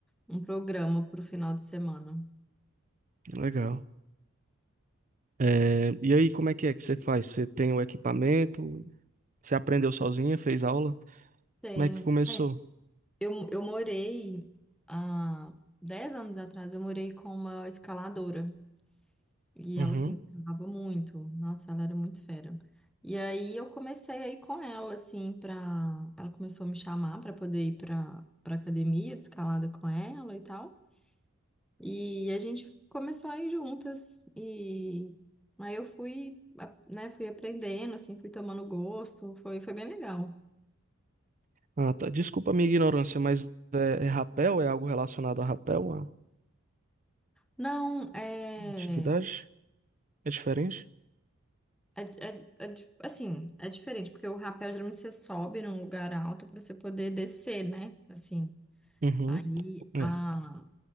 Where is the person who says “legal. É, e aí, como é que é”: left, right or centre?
Right